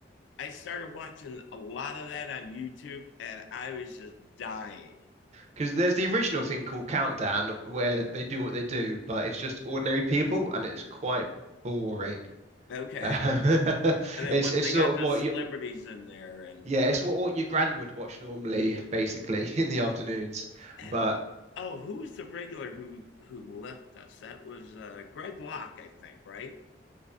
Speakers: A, on the left; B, on the right.
A: I started watching a lot of that on YouTube, and I was just dying.
B: Because there's the original thing called Countdown, where they do what they do, but it's just ordinary people, and it's quite boring.
A: Okay,
B: Um, <laughs>
A: and then
B: it's
A: once
B: it's
A: they
B: sort
A: got
B: of
A: the
B: what
A: celebrities
B: you
A: in there, and
B: yeah it's what, what your gran would watch normally basically <laughs> in the afternoons
A: and
B: but
A: oh, who was the regular who who left us? That was uh, Greg Locke, I think. Right?